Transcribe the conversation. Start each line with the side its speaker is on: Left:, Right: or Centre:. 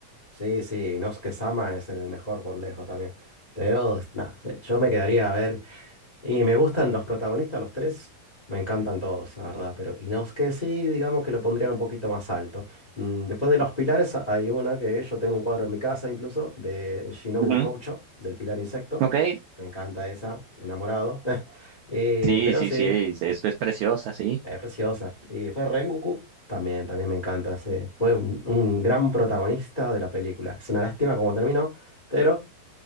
Left: Sí, sí, Inosuke-sama es el mejor por lejos también. Pero nada, sí, yo me quedaría a ver Y me gustan los protagonistas, los tres. Me encantan todos, la verdad. Pero Inosuke sí, digamos que lo pondrían un poquito más alto. Mm, Después de los pilares a- hay una que yo tengo un cuadro en mi casa incluso de Shinobu
Right: Ujú.
Left: Koucho, del pilar insecto.
Right: Ok,
Left: Me encanta esa, enamorado. <laughs> Eh,
Right: sí,
Left: pero
Right: sí,
Left: sí,
Right: sí, es, es- es preciosa, sí.
Left: es preciosa. Y después Rengoku también, también me encanta. sí. Fue un, un gran protagonista de la película. Es una lástima como terminó, pero...